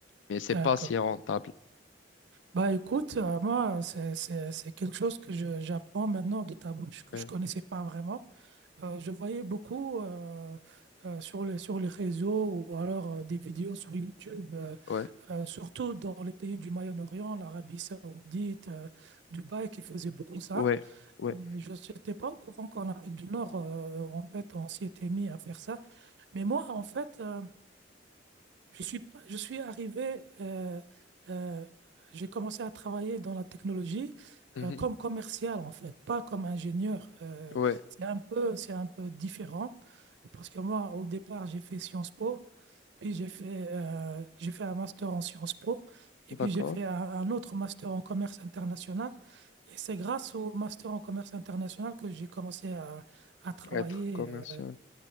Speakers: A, on the left; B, on the right.
A: Mais c'est
B: D'accord.
A: pas si rentable.
B: Bah, écoute, euh, moi, c'est, c'est, c'est quelque chose que je, j'apprends maintenant de ta bouche, que
A: Ouais,
B: je connaissais pas vraiment. Euh, je voyais beaucoup euh, euh, sur les, sur les réseaux ou alors euh, des vidéos sur YouTube, euh,
A: ouais,
B: euh, surtout dans les pays du Moyen-Orient, l'Arabie Saoudite, euh, Dubaï, qui faisaient beaucoup ça.
A: ouais. ouais.
B: Mais je n'étais pas au courant qu'en Afrique du Nord, euh, en fait, on s'y était mis à faire ça. Mais moi, en fait, euh, je suis, pas- je suis arrivé, euh, euh, j'ai commencé à travailler dans la technologie
A: Mhm.
B: euh, comme commercial en fait, pas comme ingénieur. Euh,
A: Ouais,
B: c'est un peu, c'est un peu différent parce que moi, au départ, j'ai fait Sciences Po, puis j'ai fait, euh, j'ai fait un master en Sciences Po, et
A: d'accord.
B: puis j'ai fait un, un autre master en commerce international. Et c'est grâce au master en commerce international que j'ai commencé à, à travailler
A: Être commercial.
B: euh,